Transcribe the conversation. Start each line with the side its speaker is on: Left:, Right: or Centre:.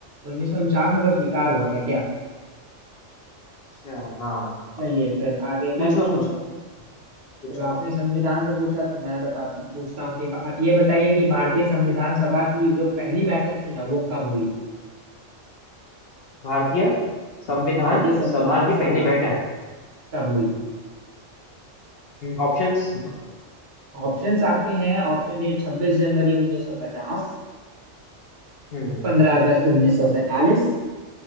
Right: उन्नीस सौ उनचास में तो स्वीकार हुआ था क्या
Left: अच्छा हाँ
Right: चलिए फिर आगे
Left: पूछो
Right: मैं पूछूं
Left: पूछो पूछो
Right: चलो आपने संविधान से पूछा तो मैं बता पूछता हूँ कि आप ये बताइए कि भारतीय संविधान सभा की जो पहली बैठक थी ना वो कब हुई थी
Left: भारतीय संविधान
Right: भारतीय संविधान
Left: सभा की
Right: सभा
Left: पहली बैठक
Right: कब हुई थी
Left: ऑप्शंस
Right: ऑप्शंस आपके हैं ऑप्शन ए छब्बीस जनवरी उन्नीस सौ पचास
Left: हम्म
Right: पंद्रह अगस्त उन्नीस सौ सैतालीस